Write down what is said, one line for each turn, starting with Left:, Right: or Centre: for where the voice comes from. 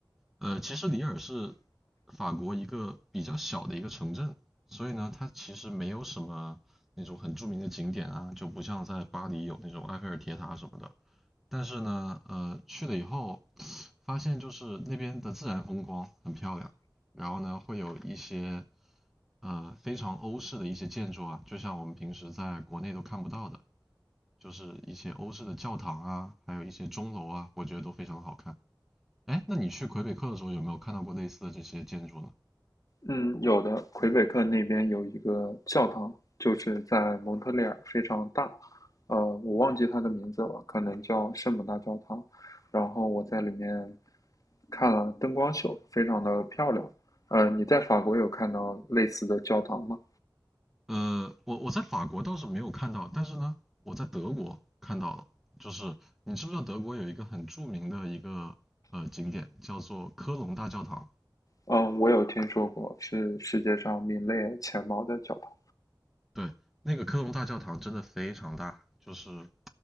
Centre: 呃，其实里尔是法国一个比较小的一个城镇，所以呢，它其实没有什么那种很著名的景点啊，就不像在巴黎有那种埃菲尔铁塔什么的。但是呢，呃，去了以后，发现就是那边的自然风光很漂亮，然后呢会有一些呃非常欧式的一些建筑啊，就像我们平时在国内都看不到的，就是一些欧式的教堂啊，还有一些钟楼啊，我觉得都非常好看。哎，那你去魁北克的时候有没有看到过类似的这些建筑呢？
Left: 嗯，有的，魁北克那边有一个教堂，就是在蒙特利尔，非常大，呃，我忘记它的名字了，可能叫圣母大教堂。然后我在里面看了灯光秀，非常的漂亮。呃，你在法国有看到类似的教堂吗？
Centre: 呃，我我在法国倒是没有看到，但是呢，我在德国看到了。就是你知不知道德国有一个很著名的一个呃景点叫做科隆大教堂？
Left: 嗯，我有听说过，是世界上名列前茅的教堂。
Centre: 对，那个科隆大教堂真的非常大，就是